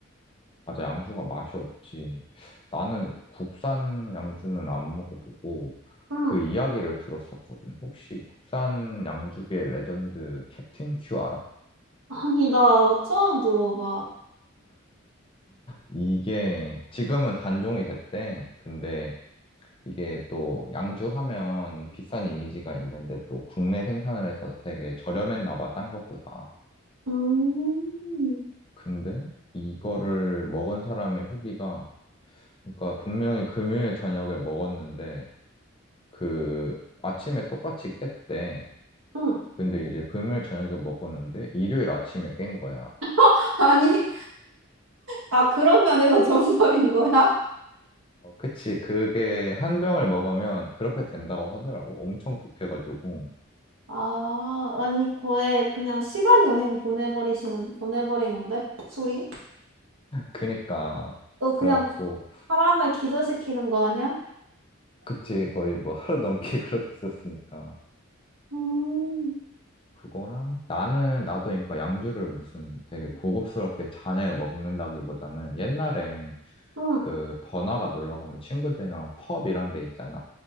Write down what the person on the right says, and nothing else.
응,
아니 나 처음 들어봐.
음,
응.
<laughs> 아니, 아 그런 면에서 전설인 거야?
아, 아니 거에 그냥 시간 여행 보내버리시는 보내버리는데 술이?
어 그냥
사람을 기절시키는 거 아니야?
음,
응,